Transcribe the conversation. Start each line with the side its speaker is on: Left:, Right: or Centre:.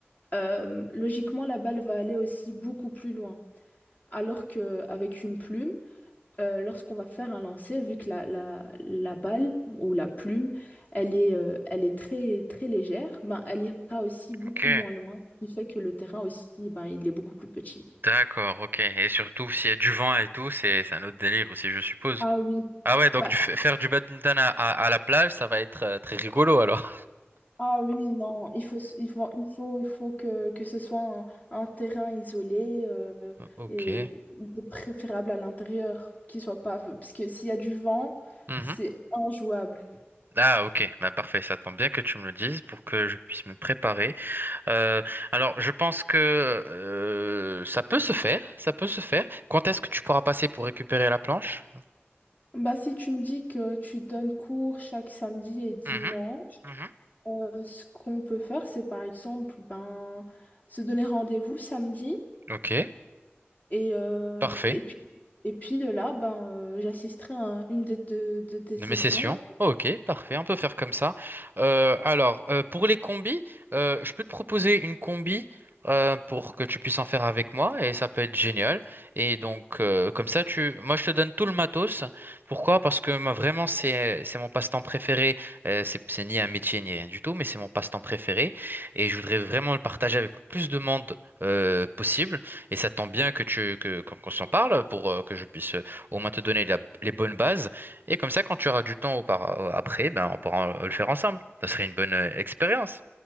Left: euh, logiquement, la balle va aller aussi beaucoup plus loin. Alors qu'avec une plume, euh, lorsqu'on va faire un lancer, vu que la, la, la balle ou la plume, elle est, euh, elle est très, très légère, ben, elle ira aussi beaucoup
Right: ok.
Left: moins loin, ce qui fait que le terrain aussi, ben, il est beaucoup plus petit.
Right: D'accord, ok. Et surtout, s'il y a du vent et tout, c'est c'est un autre délire aussi, je suppose.
Left: Ah oui.
Right: Ah ouais, donc
Left: Bah,
Right: du, f- faire du badminton à, à- à la plage, ça va être euh, très rigolo alors.
Left: Ah oui, non, il faut, il faut, il faut, il faut que, que ce soit un, un terrain isolé euh,
Right: Ok.
Left: et de préférable à l'intérieur, qu'il soit pas, parce que s'il y a du vent,
Right: Mhm.
Left: c'est injouable.
Right: Ah, ok. Bah, parfait. Ça tombe bien que tu me le dises pour que je puisse me préparer. Euh, alors, je pense que euh, ça peut se faire. Ça peut se faire. Quand est-ce que tu pourras passer pour récupérer la planche?
Left: Bah, si tu me dis que tu donnes cours chaque samedi et dimanche,
Right: Mhm. Mhm.
Left: euh, ce qu'on peut faire, c'est par exemple ben, se donner rendez-vous samedi
Right: Ok.
Left: et, euh,
Right: Parfait.
Left: et puis, et puis de là, ben, euh, j'assisterai à un- une de, de de tes
Right: De
Left: sessions.
Right: mes sessions. Ok, parfait, on peut faire comme ça. Euh, alors, euh, pour les combis, euh, je peux te proposer une combi euh, pour que tu puisses en faire avec moi et ça peut être génial. Et donc, euh, comme ça, tu... moi, je te donne tout le matos. Pourquoi? Parce que moi, vraiment, c'est c'est mon passe-temps préféré. Euh, c'est c'est ni un métier ni rien du tout, mais c'est mon passe-temps préféré et je voudrais vraiment le partager avec le plus de monde euh, possible. Et ça tombe bien que tu que qu'on qu'on s'en parle pour euh, que je puisse euh, au moins te donner la- les bonnes bases. Et comme ça, quand tu auras du temps aupara- après, ben, on pourra euh, le faire ensemble. Ça serait une bonne euh, expérience.